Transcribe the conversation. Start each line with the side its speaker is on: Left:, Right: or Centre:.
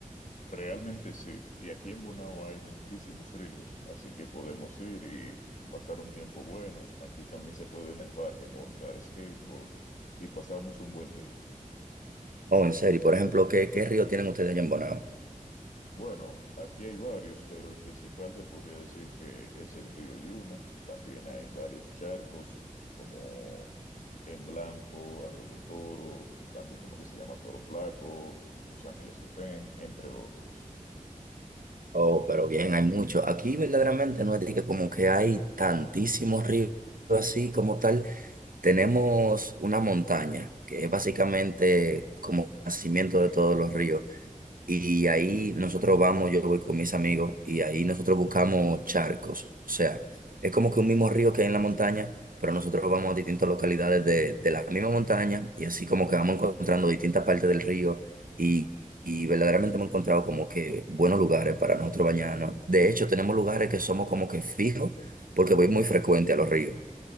Left: Realmente sí, y aquí en Bonao hay muchísimos ríos, así que podemos ir y pasar un tiempo bueno. Aquí también se puede en el parque montar skateboard y pasamos un buen día.
Right: Oh, en serio, por ejemplo, ¿qué, qué río tienen ustedes allá en Bonao?
Left: Bueno, aquí hay varios, pero el principal se podría decir que es el río Yuna. También hay varios charcos como En Blanco, Arroyo Toro, también uno que se llama Toro Flaco, Los Ángeles de Pen, entre otros.
Right: Oh, pero bien, hay mucho. Aquí verdaderamente no es de que como que hay tantísimos ríos así como tal. Tenemos una montaña que es básicamente como nacimiento de todos los ríos. Y ahí nosotros vamos, yo voy con mis amigos y ahí nosotros buscamos charcos. O sea, es como que un mismo río que hay en la montaña, pero nosotros vamos a distintas localidades de, de la misma montaña y así como que vamos encontrando distintas partes del río y, y verdaderamente hemos encontrado como que buenos lugares para nosotros bañarnos. De hecho, tenemos lugares que somos como que fijos porque voy muy frecuente a los ríos